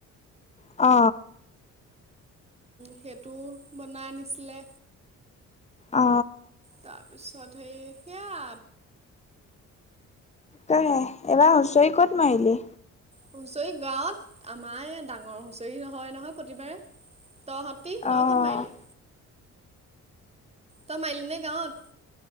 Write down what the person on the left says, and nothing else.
অ।
অ।
তহে এবাৰ হুঁচৰি ক'ত মাৰিলি?
অ',